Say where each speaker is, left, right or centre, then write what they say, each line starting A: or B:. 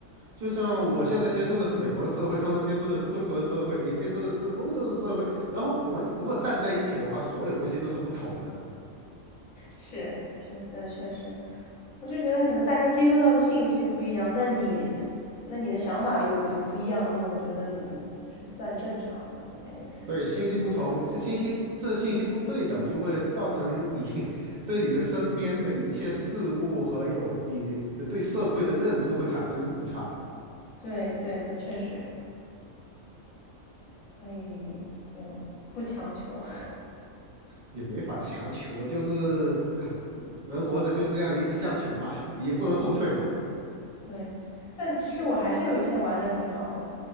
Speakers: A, on the right (about 65°); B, on the left (about 70°).
A: 就像我现在接触的是美国的社会，他们接触的是中国的社会，你接触的是欧洲的社会。然后我们如果站在一起的话，所有东西都是不同的。
B: 是是，那确实。我就觉得可能大家接收到的信息不一样，那你那你的想法有有不一样，那我觉得嗯是算正常的，应该也是。
A: 对，信息不同，这信息这信息不对等，就会造成你 <laughs> 对你的身边的一切事物和有你的对社会的认知会产生误差，
B: 对对，那确实，所以就不强求。
A: 也没法强求，就是啊，人活着就是这样，一直向前嘛，你也不能后退嘛。
B: <laughs> 对，但其实我还是有一些玩的挺好的，